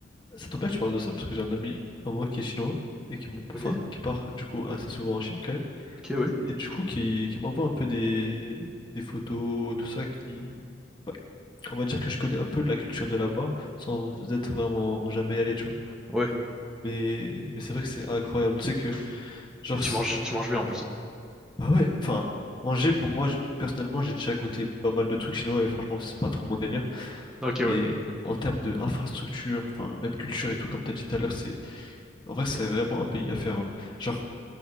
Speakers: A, on the left; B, in the centre.
A: Ça tombe bien que tu parles de ça, parce que j'ai un ami à moi qui est chinois et qui, m-
B: Ok,
A: enfin, qui part du coup assez souvent en Chine quand même.
B: ok, oui. Ouais.
A: Et du coup, qui, qui m'envoie un peu des, des photos, tout ça, qui, ouais, on va dire que je connais un peu la culture de là-bas, sans être vraiment jamais allé, tu vois.
B: Ouais.
A: Mais, mais c'est vrai que c'est incroyable, tu sais que, genre,
B: Et tu
A: c'est-
B: manges, tu manges bien en plus. hein.
A: bah ouais, enfin, manger, pour moi, je- personnellement, j'ai déjà goûté pas mal de trucs chinois, et franchement, c'est pas trop mon délire.
B: Ok,
A: Mais
B: ouais.
A: en termes d'infrastructure, enfin, même culture et tout, comme t'as dit tout à l'heure, c'est, en vrai, c'est
B: Et
A: vraiment un pays à faire, hein. Genre,